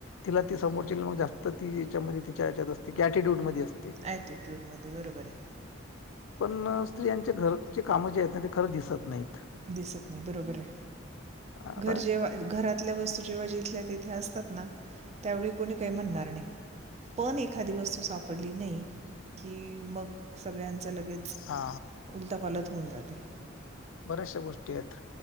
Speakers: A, on the left; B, on the right.
A: तिला ती समोरची मग जास्त ती हेच्यामध्ये, तिच्याहेच्यात असते अटिट्यूडमध्येध्ये असते.
B: ऑटिट्यूड मध्ये बरोबरे.
A: पण स्त्रियांच्या घरचे कामं जे आहेत ना ते खरं दिसत नाहीत.
B: दिसत नाही बरोबरे
A: आता
B: घर जेव्हा घरातल्या वस्तू जेव्हा ज इथल्या तिथे असतात ना त्यावेळी कोणी काय म्हणणार नाही पण एखादी वस्तू सापड डली नाही की मग सगळ्यांच लगेच
A: हा
B: उल फलत होऊन जाते.
A: बऱ्याचशा गोष्टी आहेत